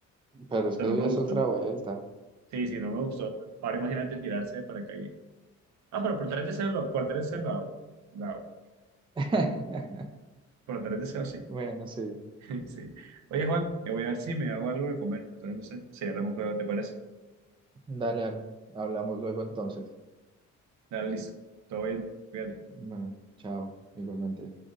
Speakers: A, on the right; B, on the right.
A: pero es
B: Pero
A: que eso
B: no
A: ya
B: me
A: es
B: gustó.
A: otra vuelta.
B: Sí, sí, no me gustó. Ahora imagínate tirarse de paracaídas. Ah, pero por tres deseos, lo- por tres deseos lo hago. Lo hago.
A: <laughs>
B: Por tres deseos, sí.
A: Bueno, sí.
B: <laughs> Sí. Oye, Juan, que voy a ver si me hago algo de comer. Entonces, no sé, si hablamos luego, ¿te parece?
A: Dale, dale. Hablamos luego entonces.
B: Dale, listo. Todo bien. Cuídate.
A: Bueno, chao, igualmente.